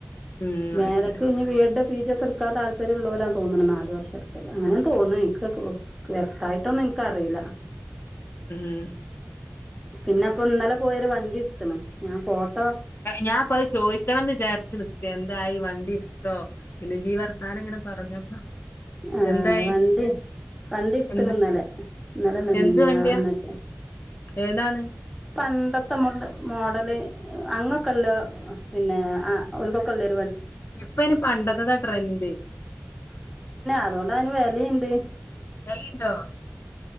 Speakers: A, on the left; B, in the centre.
A: ഉം
B: മേലക്ക്
A: അത് ശരി
B: പി ജി ഒക്കെടുക്കാൻ താൽപര്യമുള്ളോല്ലാന്ന് തോന്ന്ണ് നാല് വർഷം എടുക്ക അങ്ങനേന്ന് തോന്നണ് വ്യക്തായിട്ടൊന്നും എനിക്കറിയില്ല.
A: ഉം
B: പിന്നെ ഇപ്പോ ഇന്നലെ പോയൊരു വണ്ടി ഇടുത്ത്ണ്. ഞാൻ ഫോട്ട
A: ഞാ അപ്പൊ അത് ചോദിക്കണംന്ന് വിചാരിച്ച് നിക്ക എന്തായി വണ്ടി ഇട്‌ത്തോ പിന്നെ ഇജ്ജ്‌ ഈ വർത്താനം ഇങ്ങനെ പറഞ്ഞപ്പോ
B: ആ
A: എന്തായി
B: വണ്ടി വണ്ടിട്‌ത്ത്ണ്
A: എന്ത്
B: ഇന്നലെ. ഇന്നലെയല്ല മിനിഞ്ഞാന്നട്ടെ
A: എന്ത് വണ്ടിയാ ഏതാണ്?
B: പണ്ടത്തെ മ മ മോഡല് അങ്ങൊക്കെല്ലോ പിന്നെ ആ ഓൽക്കൊക്കെ ഒള്ളെ
A: ഇപ്പ ഇനി പണ്ടത്തെതാ ട്രെൻഡ്.
B: അതുകൊണ്ടതിന് വെലേണ്ട്.
A: വെലേണ്ടോ